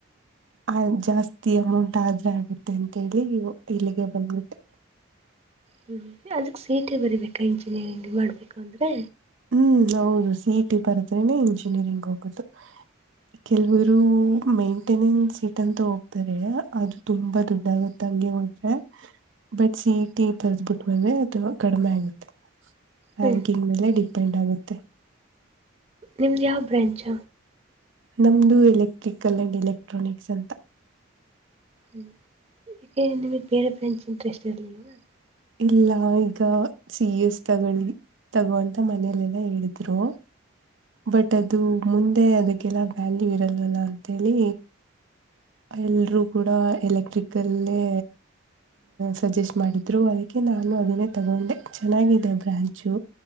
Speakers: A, on the right (about 65°); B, on the right (about 30°).
A: ಹ ಜಾಸ್ತಿ ಅಮೌಂಟ್ ಾದ್ರೆ ಆಗುತ್ತೆ ಅಂತೇಳಿ ಇಲ್ಲಿಗೆ ಬಂದ್ಬಿಟ್ಟೆ
B: ಹ್ಮ್ ಅದಕ್ ಸೀಟೆ ಬರಿಬೇಕಾ ಇಂಜಿನಿಯರಿಂಗ್ ಮಾಡ್ಬೇಕು ಅಂದ್ರೆ
A: ಹ್ಮ ನಾ ಸಿ ಇ ಟಿ ಬರದ್ರನೆ ಇಂಜಿನಿಯರಿಂಗ್ ಹೋಗುದು ಕೆಲ್ವರು ಮೈಂಟೆನೆನ್ಸ್ ಸೀಟ್ ಅಂತ ಹೋಗ್ತಾರೆ ಅದು ತುಂಬಾ ದುಡ್ಡಗುತ್ತಾಗ ಹಗೆ ಹೋದ್ರೆ ಬಟ್ ಸಿಟಿ ಬರೆದ್ ಬಿಿಟ್ಟ ಬಂದ್ರೆ ಅದು ಕಡಿಮೆ ಆಗುತ್ತೆ ರ್ಯಾಂಕಿಂಗ್
B: ಹ್ಮ್
A: ಮೇಲೆ ಡಿಪೆಂಡ್ ಆಗುತ್ತೆ
B: ನಿಮ್ದ್ ಯಾವ ಬ್ರಾಂಚ್
A: ನಮ್ದು ಎಲೆಕ್ಟ್ರಿಕಲ್ ಅಂಡ್ ಎಲೆಕ್ಟ್ರಾನಿಕ್ಸ್ ಅಂತ
B: ಹ್ಞ ಯಕೆ ನಿಮಗೆ ಬೇರೆ ಫ್ರೆಂಡಸ್ ಇಂಟ್ರೆಸ್ಟ್ ಇರಲಿಲ್ಲವಾ
A: ಇಲ್ಲ ಈಗ ಸಿ ಎಸ್ ತಗೊಳ್ಳಿ ತಗೋಂತ ಮನೇಲೆ ಹೇಳಿದ್ರು ಬಟ್ ಅ ಅದು ಮುಂದೆ ಅದಕ್ಕೆಲ್ಲ ವ್ಯಾಲ್ಯೂ ಇರಲ್ಲಲ್ಲ ಅಂತೇಳಿ ಎಲ್ರೂ ಕೂಡ ಎಲೆಕ್ಟ್ರಿಕ್ಲ್ಲೇ ಸಜೆಸ್ಟ್ ಮಾಡಿದ್ರು ಅದ ನಾನು ಅದನ್ನೇ ತಗೊಂಡೆ ಚೆನಾಗಿದೆ ಬ್ರಾಂಚು